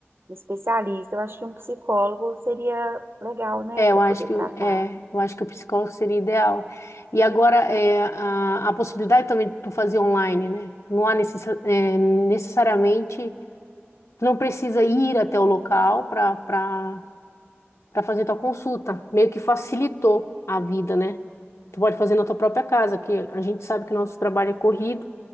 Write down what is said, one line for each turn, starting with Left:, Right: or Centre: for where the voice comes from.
Right: um especialista. Eu acho que um psicólogo seria legal, né,
Left: É,
Right: para
Left: eu acho
Right: poder
Left: que
Right: tratar.
Left: é, eu acho que o psicólogo seria ideal. E agora é a, a possibilidade também de tu fazer online, né? Não há necessa- é, necessariamente, tu não precisa ir até o local para para para fazer tua consulta. Meio que facilitou a vida, né? Tu pode fazer na tua própria casa, que a gente sabe que o nosso trabalho é corrido.